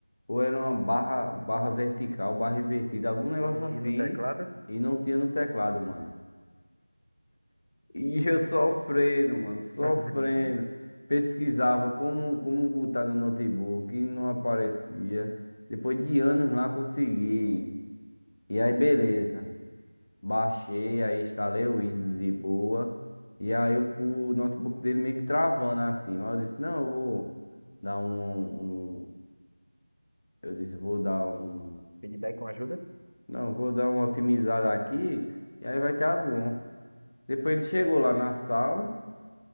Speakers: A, on the left; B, on the right.
A: ou era uma barra, barra vertical, barra invertida, algum negócio
B: e não
A: assim,
B: tinha no teclado.
A: e não tinha no teclado, mano. E eu <laughs> sofrendo, mano, sofrendo.
B: <laughs>
A: Pesquisava como, como botar no notebook e não aparecia. Depois de anos lá consegui. E aí, beleza. Baixei, aí instalei o Windows de boa. E aí o, o notebook dele meio que travando assim. Mas eu disse, não, eu vou dar um, um- Eu disse, vou dar um.
B: Feedback com ajuda.
A: Não, vou dar uma otimizada aqui. E aí vai estar bom. Depois ele chegou lá na sala.